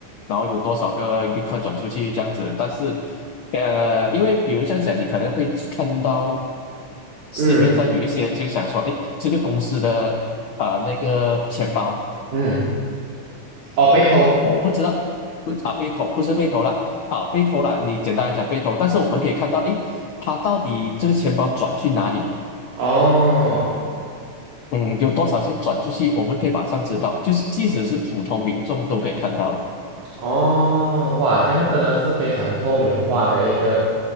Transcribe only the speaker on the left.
然后有多少个立刻转出去这样子。但是，呃，因为比如像讲，你可能会看到。市面上有一些就想说，
哎，这个公司的啊、那个钱包，
哦我不知道，不啊被偷不是被偷了啊被偷了，你简单来讲被偷，但是我们可以看到，哎，他到底这个钱包转去哪里？
嗯，有多少钱转出去，我们可以马上知道，就是即使是普通民众都可以看到的。